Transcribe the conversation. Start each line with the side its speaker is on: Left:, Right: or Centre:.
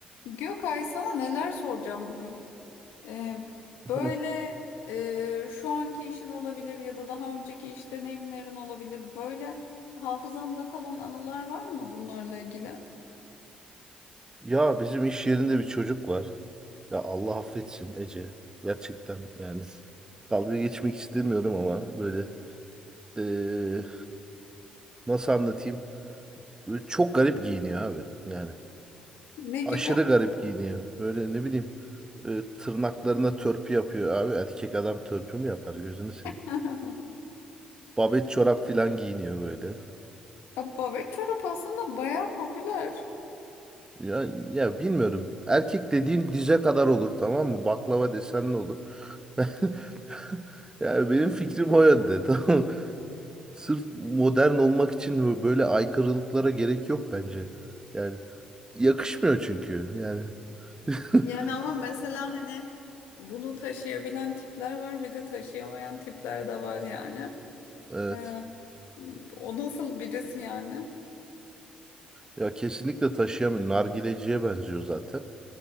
Left: Gökay sana neler soracağım bugün? Ee, böyle
Right: Hı.
Left: e, şu anki işin olabilir ya da daha önceki iş deneyimlerin olabilir. Böyle hafızanda kalan anılar var mı bunlarla ilgili?
Right: Ya bizim iş yerinde bir çocuk var. Ya Allah affetsin Ece. Gerçekten yani dalga geçmek istemiyorum ama böyle eee, nasıl anlatayım? Böyle çok garip giyiniyor abi. Yani
Left: Ne gibi?
Right: aşırı garip giyiniyor. Böyle ne bileyim e, tırnaklarına törpü yapıyor abi. Erkek adam törpü mü yapar gözünü seveyim.
Left: <laughs>
Right: Babet çorap filan giyiniyor böyle.
Left: Ya Babet çorap aslında bayağı popüler.
Right: Ya, ya bilmiyorum. Erkek dediğin dize kadar olur tamam mı? Baklava desen ne olur? <laughs> <laughs> Yani benim fikrim o yönde. <laughs> Tamam. Sırf modern olmak için böyle aykırılıklara gerek yok bence. Yani yakışmıyor çünkü. Yani
Left: Yani
Right: <laughs>
Left: ama mesela hani bunu taşıyabilen tipler var bir de taşıyamayan tipler de var yani.
Right: Evet.
Left: Ee, o nasıl birisi yani?
Right: Ya kesinlikle taşıyamıyor. Nargileciye benziyor zaten.